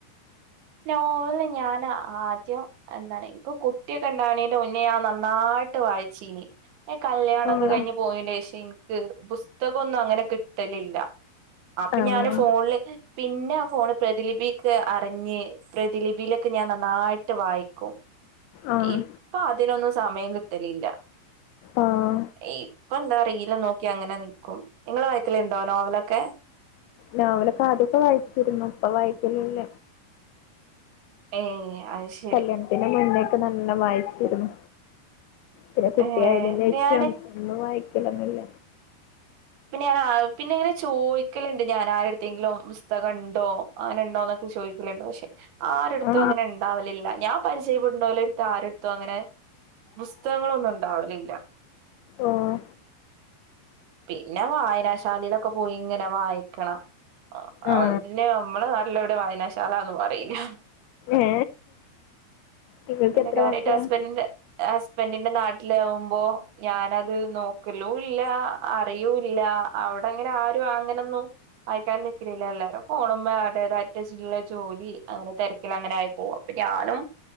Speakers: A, on the right; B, on the left.
A: നോവല് ഞാന് ആദ്യം എന്താണ് ഇൻക്ക് കുട്ടിയൊക്കെ ഇണ്ടണീന്റെ മുന്നേ ഞാൻ നന്നായിട്ട് വായിച്ചീന്. പിന്നെ കല്യാണൊക്കെ
B: ആഹ്
A: കഴിഞ്ഞ് പോയേന്റെഷം ഇൻക്ക് പുസ്തകൊന്നും അങ്ങനെ കിട്ടലില്ല. അപ്പൊ
B: ആഹ്
A: ഞാന് ഫോണില് പിന്നെ ഫോണ് പ്രതിലിപീക്കെ അറിഞ്ഞ് പ്രതിലിപീലൊക്കെ ഞാൻ നന്നായിട്ട് വായിക്കും.
B: ആഹ്
A: ഈ പ്പൊ അതിനൊന്നും സമയം കിട്ടലില്ല.
B: ആഹ്
A: ഈ ഇപ്പൊന്താ റീലും നോക്കി അങ്ങനെ നിക്കും. നിങ്ങള് വായ്ക്കല്ണ്ടോ നോവലൊക്കെ?
B: നോവലൊക്കെ ആദ്യൊക്കെ വായിച്ചിരുന്നു ഇപ്പൊ വായ്ക്കലില്ല.
A: ഏഹ് അയ്ശെ
B: കല്യാണത്തിന്റെ മുന്നേക്കെ നല്ലം വായിച്ചിരുന്നു. പിന്നെ കുട്ടിയായതിന്റെഷം
A: ഏ ഞാന്
B: ഒന്നും വായിക്കലൊന്നുല്ല.
A: പിന്നെ ഞാനാ പിന്നെ ഇങ്ങനെ ചോയ് ക്കല്ണ്ട് ഞാൻ ആരേട്ടുത്തേങ്കിലും പുസ്തകണ്ടോ അങ്ങനെണ്ടോന്നൊക്കെ ചൊയ് ക്കല്ണ്ട്. പക്ഷെ ആരട്ത്തും
B: ആ
A: അങ്ങനെ ഇണ്ടാവലില്ല ഞാൻ പരിചയപ്പെടുന്നോലേട്ത്ത് ആരട്ത്തും അങ്ങനെ പുസ്തകങ്ങളൊന്നും ഇണ്ടാവലില്ല.
B: ഓഹ്.
A: പിന്നെ വായനാശാലീലൊക്കെ പോയി ഇങ്ങനെ വായിക്കണം. ആഹ്
B: ആ
A: അത് പിന്നെ നമ്മളെ നാട്ടിലെവിടെ വായനാശാലാന്നും അറീല്ല.
B: ഏ നിങ്ങൾക്ക്
A: പിന്നെ
B: എത്ര
A: കാര്യായിട്ട്
B: മക്കളാ
A: ഹസ്ബൻഡ്ന്റെ ഹസ്ബൻഡിന്റെ നാട്ടിലാവുമ്പോ ഞാനത് നോക്കലൂല്ലാ. അറിയൂല്ല അവ്ടെങ്ങനെ ആരും അങ്ങനൊന്നും വായിക്കാൻ നിക്കലില്ല എല്ലാരും ഫോണ്മ്മേ അടേത് അവര്ടേതായ്ട്ട്ള്ള ജോലി അങ്ങനെ തെരക്കിലങ്ങനായി പോവും. അപ്പൊ ഞാനും